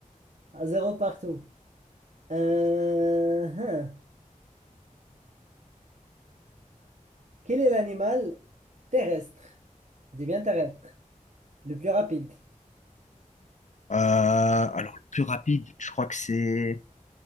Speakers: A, on the right; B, on the left.
A: À zéro partout. Euh, hein. Quel est l'animal terrestre? Je dis bien terrestre. Le plus rapide?
B: Euh, alors, le plus rapide, je crois que c'est...